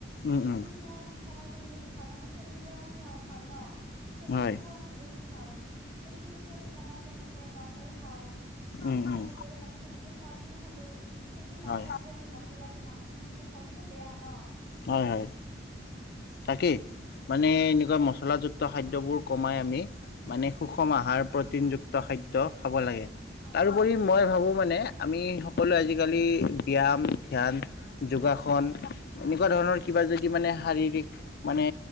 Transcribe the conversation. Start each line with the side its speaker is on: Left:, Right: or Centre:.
Left: উম
Right: চেনটো
Left: উম
Right: কমাই কেনে যদি খাওঁ, মানে চেনীৰ পৰা এইটো, হয়-হয় ন'! চেনীটোও
Left: হয়
Right: আমি বহুত খাওঁ। ত' সেইটো যদি, আমি কমাই কেনে, ধৰা নৰ্মেল খাওঁ, শাক
Left: উম
Right: খালোঁ,
Left: উম
Right: মানে তেনেকে, ফল-মূল খালোঁ। সেইটো নাখাই
Left: হয়
Right: যদি, আমি, মছলা দি মাংস-চাংস খাই, সইটোতো, বেয়া ন'!
Left: হয়, হয়। তাকেই, মানে
Right: অ
Left: এনেকুৱা, মছলাযুক্ত খাদ্যবোৰ, কমাই আমি মানে, সুষম
Right: অ
Left: আহাৰ, প্ৰটিনযুক্ত খাদ্য খাব লাগে।
Right: হয়
Left: তাৰোপৰি, মই ভাবোঁ মানে আমি, সকলোৱে আজিকালি, ব্যায়াম, ধ্যান, যোগাসন,
Right: হয়
Left: এনেকুৱা ধৰণৰ, কিবা যদি মানে, শাৰীৰিক মানে,